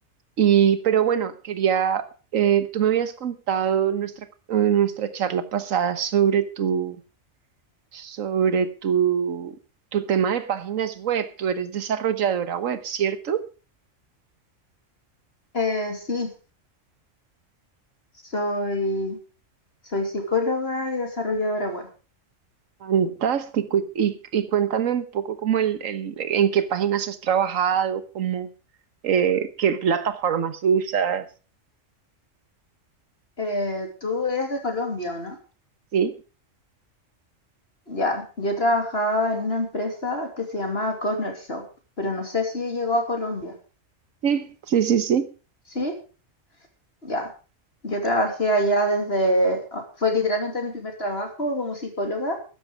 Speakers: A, on the right; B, on the left.
A: y, pero bueno, quería, eh, tú me habías contado nuestra, eh, nuestra charla pasada sobre tu, sobre tu, tu tema de páginas web. Tú eres desarrolladora web, ¿cierto?
B: Eh, sí, soy, soy psicóloga y desarrolladora web.
A: Fantástico. Y, y- y cuéntame un poco como el, el- en qué páginas has trabajado, cómo, eh, qué plataformas usas.
B: Eh, tú eres de Colombia, ¿o no?
A: Sí,
B: Ya, yo trabajaba en una empresa que se llamaba Corner Shop, pero no sé si llegó a Colombia.
A: sí, sí, sí, sí.
B: Sí, ya. Yo trabajé allá desde, ah, fue literalmente mi primer trabajo como psicóloga